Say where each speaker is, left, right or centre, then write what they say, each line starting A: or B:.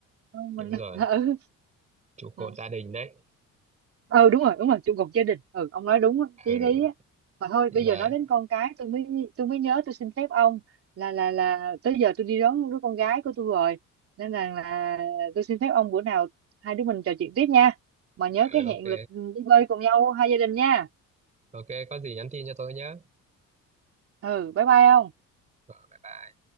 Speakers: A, on the right; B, on the right.
A: Ừ, Mình,
B: đúng rồi
A: <laughs>
B: trụ cột
A: ừ
B: gia đình đấy
A: ừ đúng rồi đúng rồi trụ cột gia đình ừ ông nói đúng á, chí
B: ừ
A: lý á mà thôi
B: nên
A: bây
B: là
A: giờ nói đến con cái tôi mới tôi mới nhớ tôi xin phép ông là là là tới giờ tôi đi đón đứa con gái của tôi rồi nên là là tôi xin phép ông bữa nào hai đứa mình trò chuyện tiếp nha mà nhớ
B: Ừ,
A: cái hẹn
B: ok
A: lịch đi bơi cùng nhau hai gia đình nha
B: ok có gì nhắn tin cho tôi nhé
A: ừ bye bye ông
B: Rồi, bye bye.